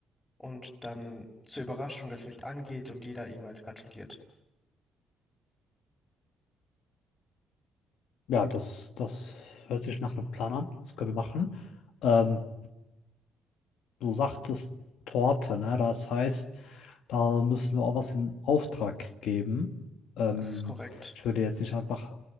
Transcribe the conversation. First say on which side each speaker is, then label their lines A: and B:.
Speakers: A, on the left (about 20°); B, on the left (about 80°).
A: und dann zur Überraschung das Licht angeht und jeder ihm halt gratuliert.
B: Ja, das, das hört sich nach einem Plan an. Das können wir machen. Ähm, du sagtest Torte, ne? Das heißt, da müssen wir auch was in Auftrag geben. Ähm,
A: Das ist korrekt.
B: ich würde jetzt nicht einfach